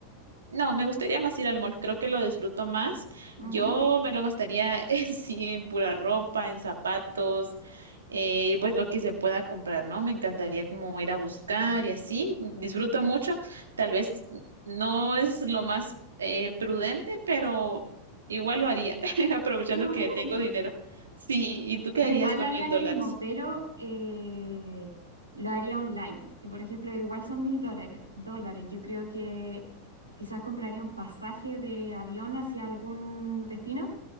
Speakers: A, on the right (about 70°); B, on the right (about 85°).
A: No, me gustaría más ir al mall, creo que lo disfruto más.
B: Ujú.
A: Yo me lo gastaría <laughs> en sí, en pura ropa, en zapatos, eh, pues lo que se pueda comprar, ¿no? Me encantaría como ir a buscar
B: Mm.
A: y así. Disfruto mucho. Tal vez no es lo más eh, prudente, pero igual lo haría, <laughs> aprovechando
B: No,
A: que
B: está
A: tengo
B: bien.
A: dinero. Sí, ¿y tú qué
B: Yo
A: harías
B: igual
A: con
B: haría
A: mil
B: lo
A: dólares?
B: mismo, pero eh, lo haría online. Y por ejemplo, igual son mil dólares. dólares. Yo creo que quizás compraría un pasaje de avión hacia algún destino